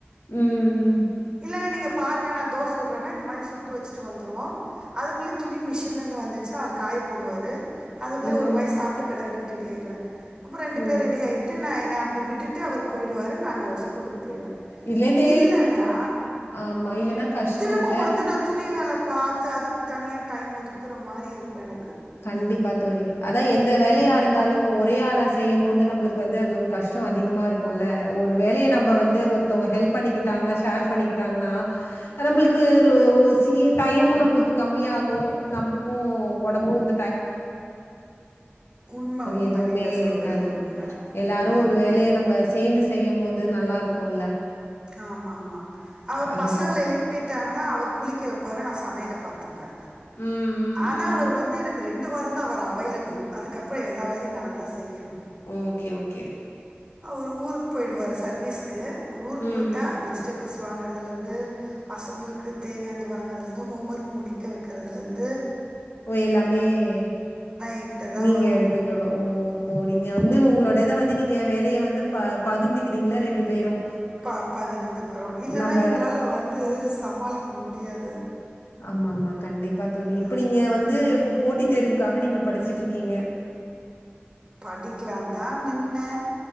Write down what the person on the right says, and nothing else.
இல்லங்க நீங்க பாருங்க நா தோசை சுடறன்னா இந்த மாரி சுட்டு வச்சிட்டு வந்துருவோ அதுக்குள்ளே துணி மிஷின்லேர்ந்து வந்துச்சுனா அவர் காய போடுவாரு அதுக்குள்ளேயே
ஒரு வாய் சாப்ட் கடகடன்னு ரெடி ஆயிருவே அப்போ ரண்டு
பேர் ரெடி ஆய்ட்டு நா ன அப்படி விட்டுட்டு அவர் போயிடுவாரு நானு ஸ்கூலு போயிடுவ
இல்லன்னா
திரும்ப
வந்து நா துணி வேலபாத்து அதுக்கு தனியா டைம் ஒதுக்குற மாரி இருக்கு எனக்கு
ம்
உண்ம உண்ம
நீங்க சொல்றது
உண்ம
ம்
ஆமா ஆமா அவரு
பசங்க எழுப்பிட்டாங்கன்னா அவரு குளிக்க வெப்பாரு நா சமையலப் பாத்துப் பே
ஆனா
அவர் வந்து எனக் க் ரெண் டு வாரோ தா அவர் அவைலபிள் அதுக்கப்றோ எல்லா வேலையூ நா தா செய்யணூ
அவரு ஊருக்கு போயிவிடுவாரு சர்வீஸ்க்கு அவரு ஊருக்கு
போய்ட்டா
வெஜிடேபிள்ஸ் வாங்கறதுலேந்து பசங்களுக்கு தேவையான்ந்து வாங்கதுலருந்து ஹோமர்க் முடிக்க வெக்கிறதுலேந்து
என்கிட்ட தான்
வரும்
ப பகிர்ந்துக்றோ இல்லன்னா
எங்களால வந்து சமாளிக்க முடியாது
ஆமாம்
படிக்கலாந்தா நின்னே